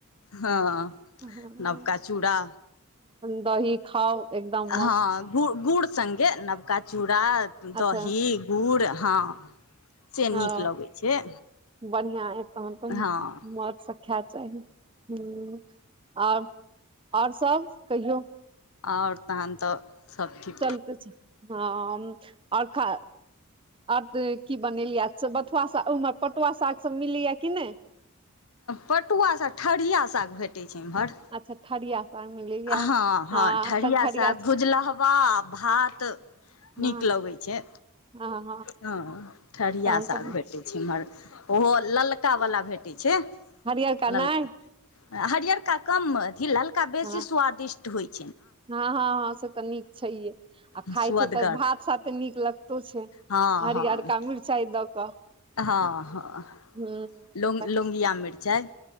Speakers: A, on the left; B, on the right.
A: हँ
B: हँ
A: नवका चूड़ा
B: दही खाउ एकदम मस्त
A: हँ गु गुड़ संगे नबका चूड़ा
B: अच्छा
A: दही गुड़ हँ से नीक
B: ह
A: लगै छै
B: बढ़िआ य तहन त
A: हँ
B: मोज सँ खाइब ह आ आओर सब कहियौ
A: आओर तहन तऽ सब ठीक
B: चलते छि हँ आओर खा आ तऽ की बनेलियै अछह बथुआ स ओमहर पटुआ सागसभ मिलै य कि नइ
A: पटुआ सग ठढ़िया साग भेटैत छै इम्हर
B: अच्छा ठरीयाँ साग मिलैया
A: हँ हँ ठरियाँ
B: एखन ठरिया
A: भुजलहबा भात
B: हँ
A: नीक लगै छै
B: हँ
A: हँ ठरिया
B: तहन
A: साग
B: तऽ
A: भेटै छै इमहर ओहो ललका बला भेटै छै
B: हरियरका
A: ललका
B: नय
A: हरियरका कम अथि लल्का बेसी
B: हँ
A: स्वादिष्ट होइत
B: हँ हँ हँ से तऽ नीक छैहे आ खााय
A: सुअदगर
B: छै तऽ भात सात तऽ नीक लगतो छै
A: हँ
B: हरियर
A: हँ
B: का मिरचाइ दऽ कऽ
A: हँ हँ
B: ह
A: लोंग
B: ह
A: लोंगिया मिरचाइ